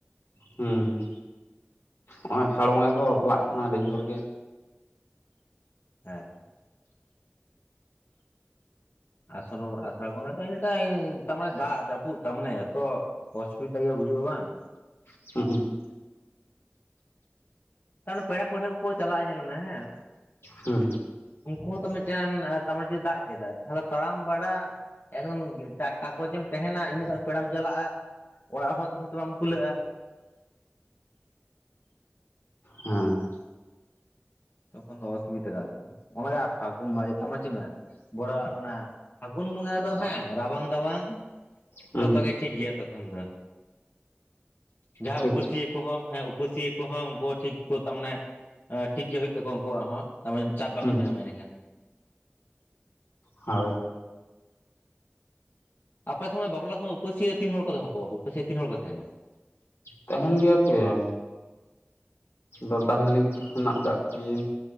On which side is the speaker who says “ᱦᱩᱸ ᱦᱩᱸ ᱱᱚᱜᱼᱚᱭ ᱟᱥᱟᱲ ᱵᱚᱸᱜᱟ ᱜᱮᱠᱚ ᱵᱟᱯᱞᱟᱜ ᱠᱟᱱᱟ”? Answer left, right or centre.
Left